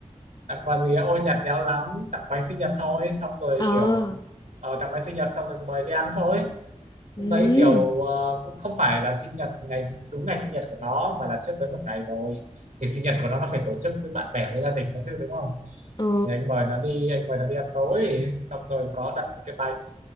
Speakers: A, on the right; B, on the left.
A: tặng quà gì á? ôi nhặt nhẽo lắm tặng bánh sinh nhật thôi xong rồi
B: Ờ
A: kiểu ờ, tặng bánh sinh nhật xong rồi mời đi ăn thôi
B: ừ.
A: hôm đấy kiểu ờ, cũng không phải là sinh nhật ngày đúng ngày sinh nhật của nó mà là trước đấy một ngày rồi thì sinh nhật của nó nó phải tổ chức với bạn bè với gia đình nó chứ đúng không
B: ờ
A: thì anh mời nó đi anh mời nó đi ăn tối xong rồi có đặt một cái bánh